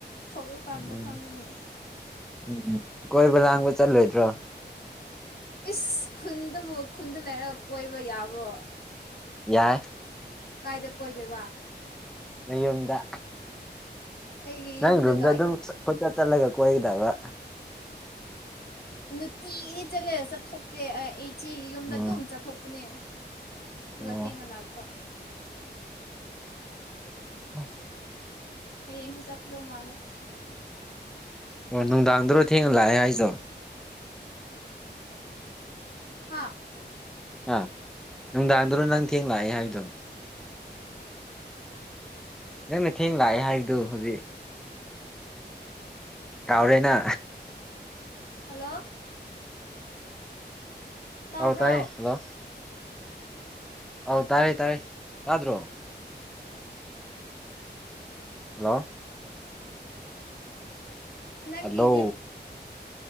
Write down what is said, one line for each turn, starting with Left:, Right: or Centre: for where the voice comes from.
Left: ꯊꯣꯛꯂꯛꯀꯥꯟꯗ
Centre: ꯎꯝ
Left: ꯈꯪꯒꯅꯤ
Centre: ꯎꯝ ꯀꯣꯏꯕ ꯂꯥꯡꯕ ꯆꯠꯂꯣꯏꯗ꯭ꯔꯣ
Left: ꯏꯁ ꯈꯨꯟꯗꯕꯨ ꯈꯨꯟꯗ ꯂꯩꯔ ꯀꯣꯏꯕ ꯌꯥꯕ꯭ꯔꯣ
Centre: ꯌꯥꯏ
Left: ꯀꯥꯏꯗ ꯀꯣꯏꯗꯣꯏꯕ
Centre: ꯅ ꯌꯨꯝꯗ
Left: ꯑꯩꯒꯤ
Centre: ꯅꯪ
Left: ꯌꯨꯝꯗꯒ
Centre: ꯌꯣꯝꯗ ꯑꯗꯨꯝ ꯈꯣꯏꯆꯠ ꯆꯠꯂꯒ ꯀꯣꯏꯗꯕ
Left: ꯅꯨꯡꯇꯤꯒꯤꯗꯤ ꯆꯠꯂꯦ ꯆꯠꯊꯣꯛꯀꯦ ꯑꯩ ꯏꯆꯦꯒꯤ ꯌꯨꯝꯗ
Centre: ꯎꯝ
Left: ꯑꯗꯨꯝ ꯆꯠꯊꯣꯛꯄꯅꯦ ꯑꯗꯨꯒ
Centre: ꯑꯣ
Left: ꯊꯦꯡꯅ ꯂꯥꯛꯄ
Centre: ꯎꯝ
Left: ꯍꯌꯦꯡꯁ‌ꯦ ꯆꯠꯀꯗꯧ ꯃꯥꯜꯂꯦ
Centre: ꯑꯣ ꯅꯨꯡꯗꯥꯡꯗꯔꯣꯏ ꯊꯦꯡꯅ ꯂꯥꯛꯑꯦ ꯍꯥꯏꯁꯣ
Left: ꯍꯥ
Centre: ꯑꯥ ꯅꯨꯡꯗꯥꯡꯗꯨꯔꯣ ꯅꯪ ꯊꯦꯡ ꯂꯥꯛꯑꯦ ꯍꯥꯏꯕꯗꯣ ꯅꯪꯅ ꯊꯦꯡ ꯂꯥꯛꯑꯦ ꯍꯥꯏꯗꯨ ꯍꯧꯖꯤꯛ ꯀꯥꯎꯔꯦꯅ
Left: ꯍꯜꯂꯣ ꯇꯥꯕ꯭ꯔꯣ
Centre: ꯑꯥꯎ ꯇꯥꯏ ꯍꯜꯂꯣ ꯑꯧ ꯇꯥꯔꯦ ꯇꯥꯔꯦ ꯇꯥꯗ꯭ꯔꯣ ꯍꯜꯂꯣ
Left: ꯅꯪꯒꯤ
Centre: ꯍꯜꯂꯣ